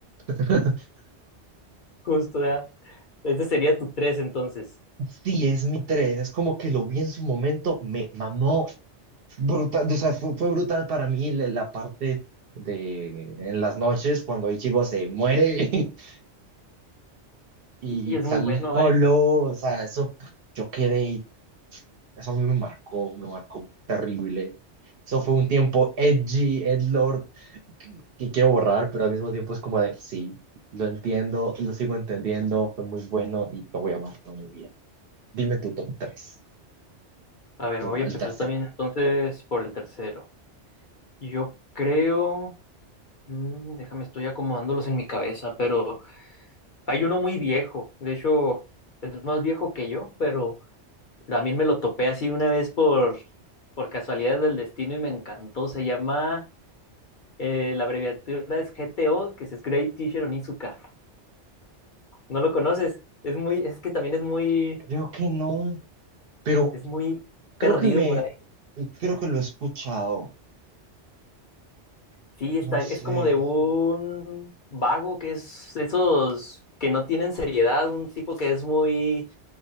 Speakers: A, on the right; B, on the left.
A: <laughs>
B: <laughs> Justo, ya. Este sería tu tres entonces.
A: Sí, es mi 3, es como que lo vi en su momento, me mamó brutal, o sea, fue, fue brutal para mí la, la parte de en las noches cuando Ichigo se muere <laughs> y
B: Y es
A: sale
B: muy bueno,
A: Hollow,
B: ¿eh?
A: o sea, eso yo quedé, eso a mí me marcó, me marcó terrible. Eso fue un tiempo edgy, edgelord, que quiero borrar, pero al mismo tiempo es como de, sí, lo entiendo, lo sigo entendiendo, fue muy bueno y lo voy a amar toda mi vida. Dime tu top tres
B: A ver,
A: tu,
B: voy a empezar
A: el tercero.
B: también entonces por el tercero. Yo creo. mm, déjame, estoy acomodándolos en mi cabeza, pero Hay uno muy viejo, de hecho es más viejo que yo, pero también me lo topé así una vez por, por casualidades del destino y me encantó. Se llama, eh, la abreviatura es GTO, que es Great Teacher Onizuka. ¿No lo conoces? Es muy, es que también es muy,
A: Creo que no, pero
B: es muy
A: creo
B: perdido
A: que me,
B: por ahí.
A: creo que lo he escuchado.
B: Sí, está,
A: No
B: es
A: sé.
B: como de un vago que es esos que no tienen seriedad, un tipo que es muy